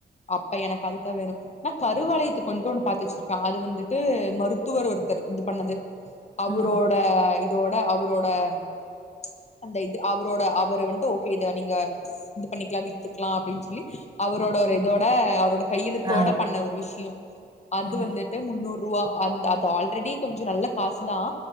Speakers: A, on the left (about 35°); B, on the right (about 25°).
A: அப்ப எனக்கு அதுதா வேணு நா கருவலயத்க்கு வந்து ஒண்ணு பாத்து வெச் க அது வந்துட்டு மருத்துவர் ஒருத்தர் இது பண்ணது அவுரோட
B: ம்
A: இதோட அவுரோட ம் ச்ச அந்த இது அவுரோட அவுர வந்துட்டு ஓகே இத நீங்க சி இது பண்ணிக்லா வித்துக்லா அப்டின் சொல்லி அவரோட ஒரு
B: ம்
A: தோட அவரோட கையெழுத்தோட
B: ஆ
A: பண்ண ஒரு விஷ்யொ அது
B: ம்
A: வந்துட்டு முன்னூறு ருவா அந் அது ஆல்ரெடி கொஞ்சொ நல்ல காசுதா